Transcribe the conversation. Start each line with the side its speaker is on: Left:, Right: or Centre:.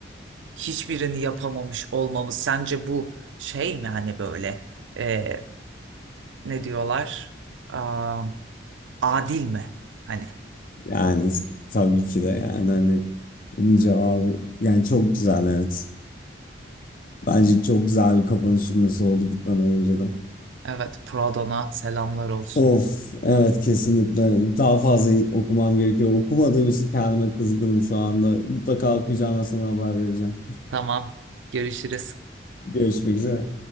Right: hiçbirini yapamamış olmamız sence bu şey mi hani böyle eee, ne diyorlar Aa, adil mi? Hani
Left: Yani tabii ki de yani hani bunun cevabı yani çok güzel evet. Bence çok güzel bir kapanış cümlesi oldu gitmeden önce de.
Right: evet Pradon'a selamlar olsun.
Left: Of evet kesinlikle daha fazla okumam gerekiyor. Okumadığım için kendime kızgınım şu anda. Mutlaka okuyacağım ve sana haber vereceğim.
Right: Tamam görüşürüz.
Left: Görüşmek üzere.